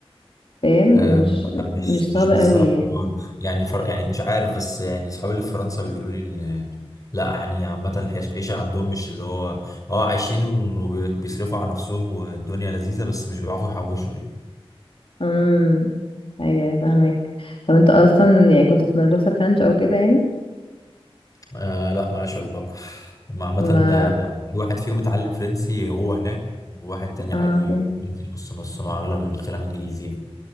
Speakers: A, on the left; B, on the left.
A: فاهم
B: آه،
A: مش
B: مش
A: مش صعب
B: مش بالظبط
A: قوي يعني
B: دول. يعني فر... يعني مش عارف بس يعني اصحابي اللي في فرنسا بيقولوا لي ان لا يعني عامة الحيش- العيشة عندهم مش اللي هو اه عايشين وبيصرفوا على نفسهم والدنيا لذيذة بس مش بيعرفوا يحوشوا يعني
A: امم ايوه أيوة، فاهمك طب انت اصلا يعني كنت في مدرسة فرنش او كده يعني
B: آه لا ملهاش علاقة هما عامة
A: ما
B: آه، في واحد فيهم اتعلم فرنسي هو هناك وواحد تاني
A: اه
B: عادي
A: فاهم
B: فرنسي نص نص مع أغلب الكلام إنجليزي يعني.